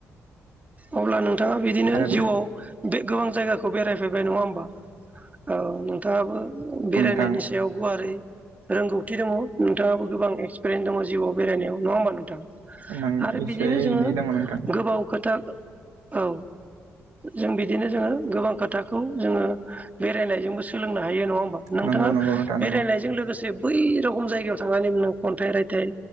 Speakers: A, on the right; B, on the right.
A: अब्ला नोंथाङा बिदिनो
B: आरो
A: जिउआव बे गोबां जायगाखौ बेरायफैबाय नङा होमबा औ नोंथाङाबो बेरायनायनि
B: नोंथां
A: सायाव गुवारै रोंगौथि दङ नोंथाङाबो गोबां एक्सपिरियेन्स दङ जिउआव बेरायनायाव नङा होमबा नोंथां
B: नों
A: आरो
B: एसे
A: बिदिनो जोङो
B: एनै दङ नोंथां
A: गोबाव खोथा औ जों बिदिनो जोङो गोबां खोथाखौ जोङो बेरायनायजों सोलोंनो हायो नङा होन‌ नोंथाङा
B: नंगौ नंगौ नोंथां
A: बेरायनायजों
B: नंगौ
A: लोगोसे बै रख'म जायगायाव थांनानै ख'न्थाइ रायथाइ